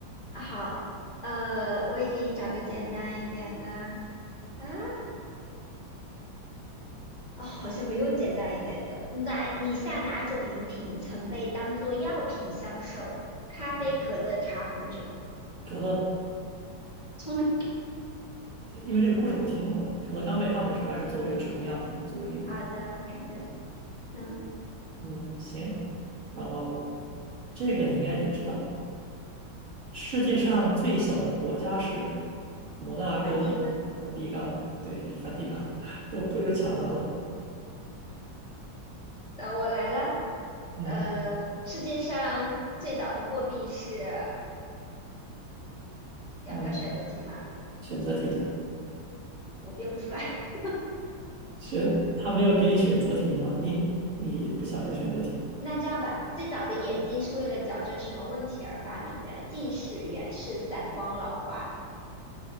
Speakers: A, on the left; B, on the right.
A: 啊好，呃，我也给你找个简单一点的啊，哦，好像没有简单一点的。哪？你下哪种饮品曾被当做药品销售？咖啡、
B: 嗯，
A: 可乐、茶、红酒。
B: 可乐，
A: 聪明
B: 对，因为这个故事我听过嘛，可乐刚被发明出来是作为止痛药的，
A: 啊，
B: 作为
A: 好的好的，
B: 止痛的。
A: 嗯，
B: 嗯，行。然后这个你应该也知道，世界上最小的国家是摩纳哥、
A: 反第一个，
B: 梵蒂冈。对，梵蒂冈 <laughs> 都不要抢答了。
A: 呃，我来了，
B: 嗯
A: 呃，世界上最早的货币是要要选择题吗？
B: 嗯，选择题对，
A: 我编不出来。<laughs>
B: 选，他没有给你选择题吗？你你不想说选择题？
A: 那这样吧，最早的眼睛是为了矫正什么问题而发明的？近视、远视、散光、老花。